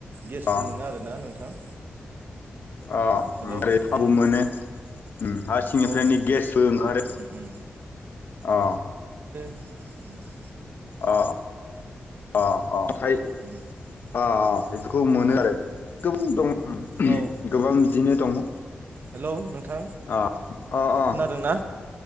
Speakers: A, on the right; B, on the left.
A: गेसबो
B: अ
A: मोनो आरोना नोंथां
B: औ
A: हेलौ
B: ओमफ्राय थावबो
A: उम
B: मोनो हा सिंनिफ्रायनो
A: औ उम
B: गेसबो ओंखारो
A: उम
B: अ
A: उ
B: अ अ ओमफाय
A: उम
B: अ खौ मोनो
A: औ
B: आरो गोबां दङ
A: औ
B: गोबां बिदिनो दङ
A: हेलौ नोंथां
B: अ अ अ
A: खोनादों ना